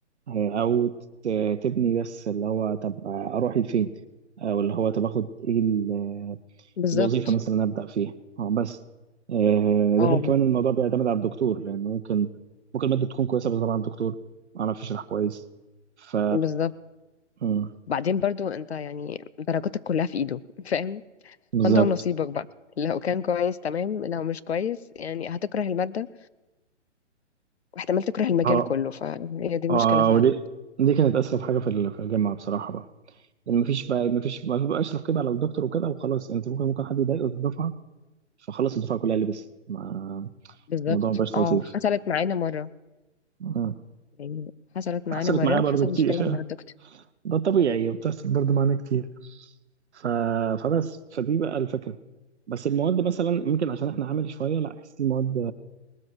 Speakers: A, on the right; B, on the left.
A: آه، او ت- تبني بس اللي هو طب اروح لفين او اللي هو طب اخد ايه ال-
B: بالظبط
A: إيه الوظيفه مثلا ابدا فيها اه بس آه،
B: اه
A: ده غير كمان الموضوع بيعتمد على الدكتور لان ممكن ممكن الماده تكون كويسه بس طبعا الدكتور ما عرفش يشرح كويس ف
B: بالظبط
A: مم،
B: بعدين برضو انت يعني درجاتك كلها في ايده <laughs> فاهم
A: بالظبط
B: فانت ونصيبك بقى لو كان كويس تمام لو مش كويس يعني هتكره المادة واحتمال تكره المجال
A: اه
B: كله فهي دي المشكلة
A: اه
B: فعلا
A: ودي دي كانت اسخف حاجه في ال- في الجامعه بصراحه بقى يعني مفيش بقى مفيش ما بيبقاش رقيب على الدكتور وكده وخلاص يعني انت ممكن ممكن حد يضايقه في الدفعه فخلاص الدفعه كلها لبست ما
B: بالظبط
A: الموضوع مبقاش
B: اه
A: لطيف
B: حصلت معانا مرة
A: مم.
B: يعني حصلت معانا
A: حصلت
B: مرة
A: معايا
B: وحصل
A: برضو كتير
B: مشكلة مع الدكتور
A: ده طبيعي بتحصل برضو معانا كتير ف... فبس فدي بقى الفكره بس المواد مثلا ممكن عشان احنا عملي شويه لا احس المواد